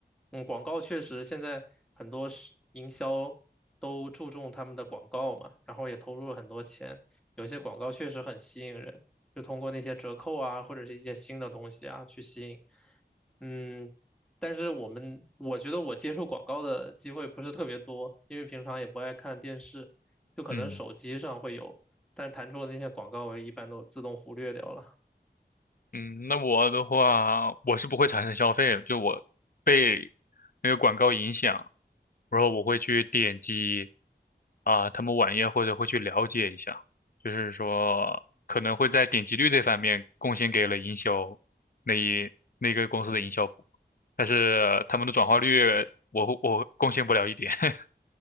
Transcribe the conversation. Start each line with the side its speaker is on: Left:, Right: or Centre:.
Centre: 嗯，广告确实现在很多是营销都注重他们的广告嘛，然后也投入了很多钱，有些广告确实很吸引人。就通过那些折扣啊，或者是一些新的东西啊去吸引。嗯，但是我们我觉得我接触广告的机会不是特别多，因为平常也不爱看电视，就可能手机上会有，
Left: 嗯。
Centre: 但弹出的那些广告我一般都自动忽略掉了。
Left: 嗯，那我的话，我是不会产生消费的，就我被那个广告影响，然后我会去点击啊、他们网页或者会去了解一下，就是说可能会在点击率这方面贡献给了营销那一那个公司的营销部，但是他们的转化率我会我贡献不了一点。<laughs>